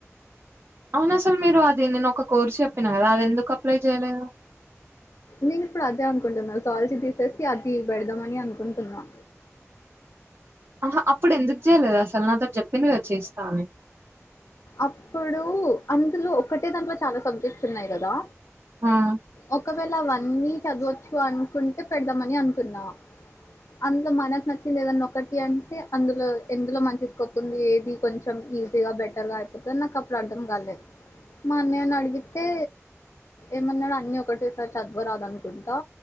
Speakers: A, on the right (about 65°); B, on the left (about 75°).
A: అవును అసలు మీరు అది నేను ఒక కోర్సు చెప్పినా కదా అది ఎందుకు అప్లై చేయలేదు
B: నేను ఇప్పుడు అదే అనుకుంటున్నా సల్చీ తీసేసి అది పెడదామని అనుకుంటున్నా
A: ఆహా అప్పుడు ఎందుకు చేయలేదు అసలు నాతో చెప్పింది కదా చేస్తాని
B: అప్పుడు అందులో ఒకటే దాంట్లో చాలా సబ్జెక్ట్స్ ఉన్నాయి కదా
A: ఆ.
B: ఒకవేళ వన్ వీక్ చదవచ్చు అనుకుంటే పెడదామని అనుకున్నాం అందులో మనకు నచ్చింది ఏదన్నా ఒకటి అంటే అందులో ఎందులో మంచి స్కోప్ ఉంది ఏది కొంచెం ఈజీగా బెటర్గా అయిపోతుంది నాకు అప్పుడు అర్థం కలేేదు మా అన్నయ్య నేని అడిగితే ఏమన్నాడు అన్ని ఒకటేసారి చదవరాదు అనుకుంటా